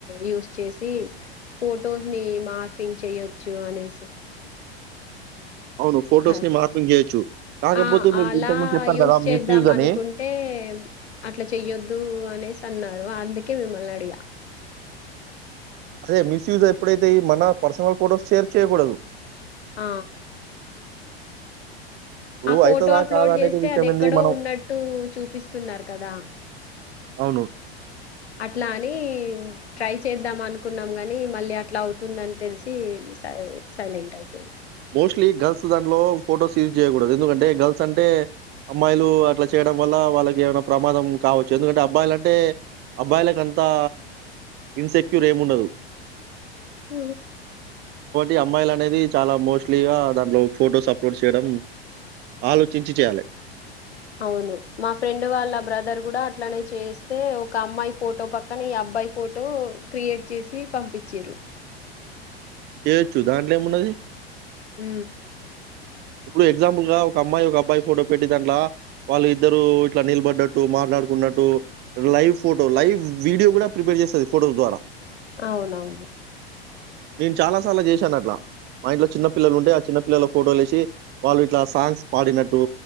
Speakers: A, on the left (about 80°); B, on the right (about 35°).
A: యూస్ చేసి ఫొటోస్ ని మార్ఫింగ్ చెయొచ్చు అనేసి
B: అవును. ఫోటోస్‌ని
A: అహ
B: మార్ఫింగ్ జేయొచ్చు. కాకపోతే
A: ఆ
B: మీరు
A: అలా
B: ఇంతకుముందు చెప్పారు
A: యూస్
B: కదా!
A: చేద్దాం
B: మిస్‌యూజ్ అని.
A: అనుకుంటే ఏం అట్లా చెయ్యొద్దు అనేసి అన్నారు అందుకే మిమ్మల్ని అడిగా
B: అదే మిస్యూజ్ ఎప్పుడైతే మన పర్సనల్ ఫొటోస్ షేర్ చేయకూడదు
A: ఆ
B: ఇప్పుడు
A: ఆ ఫోటో
B: అయితదా?
A: అప్లోడ్
B: కాదా? అనేది
A: చేస్తే
B: విషయం
A: అది ఎక్కడో
B: ఏంది మనం
A: ఉన్నట్టు చూపిస్తున్నారు కదా
B: అవును
A: అట్లా అని ట్రై చేద్దాం అనుకున్నాం కాని మళ్ళీ అట్లా అవుతుందని తెలిసి సయి సైలెంట్ అయిపోయిన
B: మోస్ట్లీ గర్ల్స్ దాంట్లో ఫొటోస్ యూజ్ చేయకూడదు ఎందుకంటే గర్ల్స్ అంటే అమ్మాయిలు అట్లా చేయడం వల్ల వాళ్ళకి ఏమైనా ప్రమాదం కావచ్చు ఎందుకంటే అబ్బాయిలు అంటే అబ్బాయిలకంతా ఇన్సెక్యూర్ ఏము ఉండదు
A: అ
B: ఈ అమ్మాయిలు అనేది చాలా మోస్ట్లీ గా దాంట్లో ఫొటోస్ అప్లోడ్ చేయడం ఆలోచించి చేయాలే
A: అవును మా ఫ్రెండ్ వాళ్ళ బ్రదర్ కూడా అట్లానే చేస్తే ఒక అమ్మాయి ఫోటో పక్కన ఈ అబ్ బాయ్ ఫోటో క్రియేట్ చేసి పంపించిరు
B: చేయొచ్చు దాంట్ల ఏమున్నది
A: ఉ
B: ఇప్పుడు ఎగ్జాంపుల్ గా ఒక అమ్మాయి ఒక అబ్బాయి ఫోటో పెట్టి దంట్లా వాళ్ళ ఇద్దరు ఇట్లా నిలబడ్డట్టు మార్ మాట్లాడుకున్నట్టు లైవ్ ఫోటో లైవ్ వీడియో కూడా ప్రిపేర్ చేస్తది ఫోటోస్ ద్వారా
A: అవునవును
B: నేను చాలా సాలు చేశాను అట్లా మా ఇంట్లో చిన్న పిల్లలు ఉంటే ఆ చిన్న పిల్లలు ఫోటోలు వేసి వాళ్ళు ఇట్లా సాంగ్స్ పాడినట్టు